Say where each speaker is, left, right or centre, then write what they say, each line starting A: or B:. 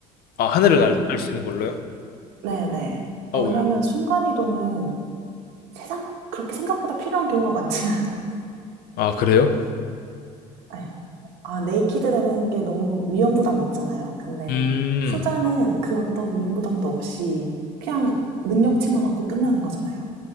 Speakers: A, on the left (about 65°); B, on the right (about 75°).
A: 아, 하늘을
B: 아,
A: 날
B: 이게-
A: 수 있는 걸로요?
B: 네네.
A: 어,
B: 어, 왜냐면
A: 왜요?
B: 순간이동은 세상 그렇게 생각보다 필요한 경우가 많지 않아요.
A: 아, 그래요?
B: 에. 아, 네이키드 되는 게 너무 위험 부담이 있잖아요. 근데
A: 음.
B: 후자는 그 어떤 위험 부담도 없이 그냥 능력치만 얻고 끝나는 거잖아요.